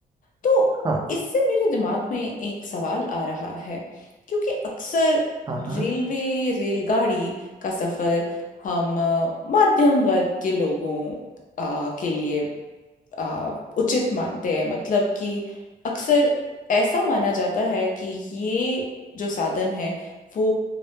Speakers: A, on the left; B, on the right.
A: तो
B: हाँ
A: इससे मेरे दिमाग में एक सवाल आ रहा है क्योंकि अक्सर
B: हाँ
A: रेलवे
B: हाँ
A: रेलगाड़ी का सफ़र हम अ, मध्यम वर्ग के लोगों अ, के लिए आ, उचित मानते हैं मतलब कि अक्सर ऐसा माना जाता है कि ये जो साधन है वो